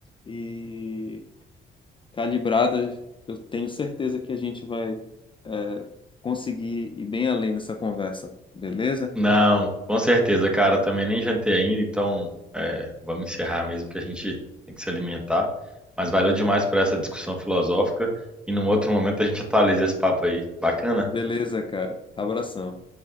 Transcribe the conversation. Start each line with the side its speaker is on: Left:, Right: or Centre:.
Left: e calibrada, eu tenho certeza que a gente vai, é, conseguir ir bem além nessa conversa, beleza?
Centre: Não, com certeza, cara. Também nem jantei ainda, então é, vamos encerrar mesmo, que a gente tem que se alimentar. Mas valeu demais por essa discussão filosófica. E num outro momento a gente atualiza esse papo aí. Bacana?
Left: Beleza, cara. Abração.